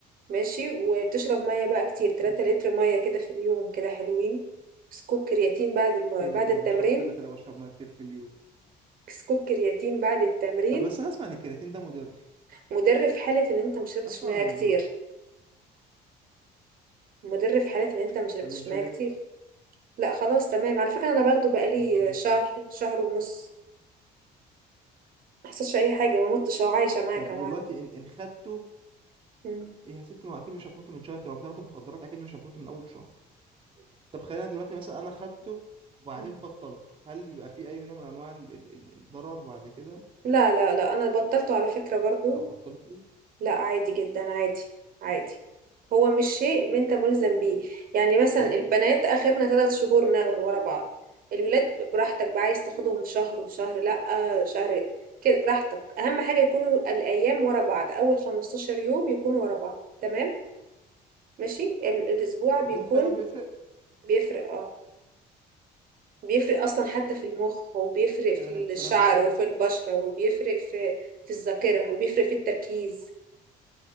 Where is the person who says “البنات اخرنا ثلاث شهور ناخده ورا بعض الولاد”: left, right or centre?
Right